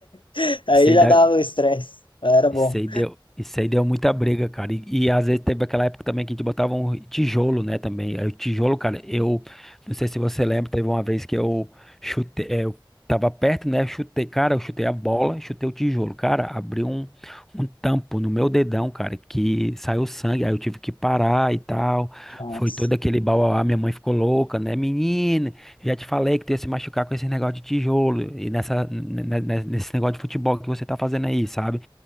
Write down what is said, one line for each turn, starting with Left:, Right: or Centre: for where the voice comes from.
Left: <laughs> Aí
Centre: Se
Left: já
Centre: da-
Left: dava o estresse. Era
Centre: Isso
Left: bom.
Centre: aí deu, isso aí deu muita briga, cara. E, e às vezes teve aquela época também que a gente botava um tijolo, né, também. Aí o tijolo, cara, eu não sei se você lembra, teve uma vez que eu chutei, é, eu tava perto, né, chutei, cara, eu chutei a bola, chutei o tijolo, cara, abriu um, um tampo no meu dedão, cara, que saiu sangue, aí eu tive que parar e tal.
Left: Nossa.
Centre: Foi todo aquele bauauá, minha mãe ficou louca, né, menina, já te falei que tu ia se machucar com esse negócio de tijolo e nessa, ne- ne- nesse negócio de futebol que você tá fazendo aí, sabe?